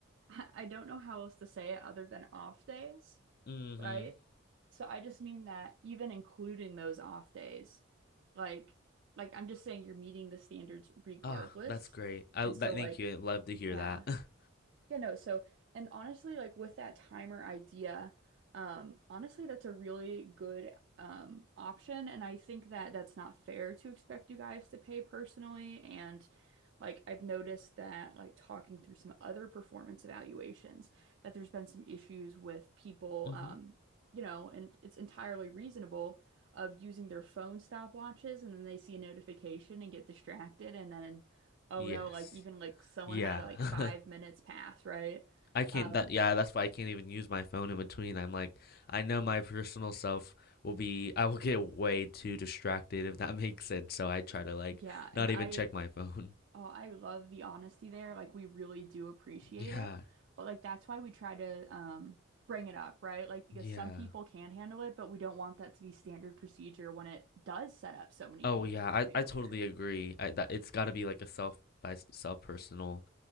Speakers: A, on the right; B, on the left.
A: <laughs> I don't know how else to say it other than off days,
B: hmm
A: right? So I just mean that even including those off days, like like I'm just saying you're meeting the standards regardless.
B: Ah, that's great. I
A: And so
B: that thank
A: like
B: you. I love to hear
A: yeah.
B: that. <laughs>
A: Yeah, no. So, and honestly, like with that timer idea, um, honestly, that's a really good um option, and I think that that's not fair to expect you guys to pay personally. And like I've noticed that like talking through some other performance evaluations, that there's been some issues with people,
B: hmm
A: um, you know, and it's entirely reasonable of using their phone stopwatches, and then they see a notification and get distracted, and then oh
B: Yes.
A: no, like even like someone
B: Yeah.
A: had like five
B: <laughs>
A: minutes pass, right?
B: I can't
A: Um,
B: that yeah, that's why I can't even use my phone in between. I'm like, I know my personal self will be I will get way too distracted if that <laughs> makes sense. So I try to like
A: yeah,
B: not
A: and
B: even
A: I
B: check my phone. <laughs>
A: oh I love the honesty there. Like we really do appreciate
B: Yeah.
A: it. But like that's why we try to um bring it up, right? Like because
B: Yeah.
A: some people can handle it, but we don't want that to be standard procedure when it does set up so many
B: Oh
A: people
B: yeah,
A: for
B: I,
A: failure.
B: I totally agree. I that it's got to be like a self by s- self personal